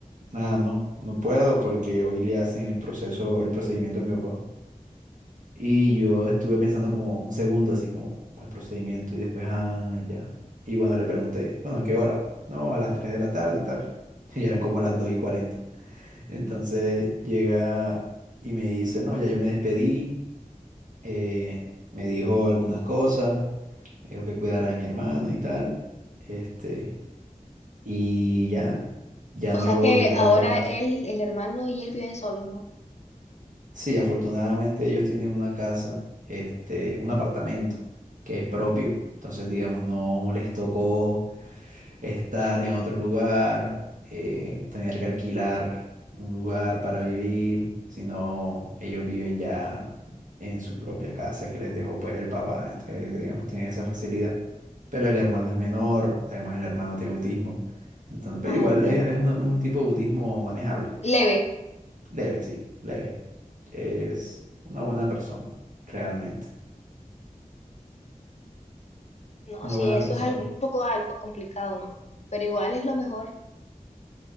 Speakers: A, on the right; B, on the left.
A: nada, no, no puedo porque hoy le hacen el proceso, el procedimiento a mi papá. Y yo estuve pensando como un segundo, así como al procedimiento, y después, ah, ya. Y bueno, le pregunté, bueno, ¿a qué hora? No, a las 3 de la tarde, tal. <laughs> Y eran como las dos y cuarenta Entonces llega y me dice, no, ya yo me despedí, eh, me dijo algunas cosas. Me dijo que cuidara de mi hermano y tal. Este, y ya, ya
B: O
A: no
B: sea
A: lo
B: que
A: volveré
B: ahora
A: a ver más.
B: él, el hermano y él viven solos, ¿no?
A: Sí, afortunadamente ellos tienen una casa, este, un apartamento que es propio. Entonces, digamos, no les tocó estar en otro lugar, eh, tener que alquilar un lugar para vivir, sino ellos viven ya en su propia casa que les dejó pues el papá, entonces digamos tienen esa facilidad. Pero el hermano es menor, además el hermano tiene autismo, entonces, pero
B: Ah,
A: igual
B: entiendo.
A: es, es un, un tipo de autismo manejable,
B: Leve,
A: leve, sí, leve. Es una buena persona, realmente,
B: no,
A: una
B: sí,
A: buena
B: eso
A: persona.
B: es al- un poco algo complicado, ¿no? Pero igual es lo mejor.